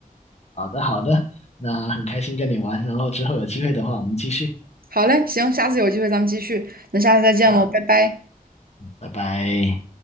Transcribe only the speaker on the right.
好嘞，行，下次有机会咱们继续。那下次再见喽，
拜拜。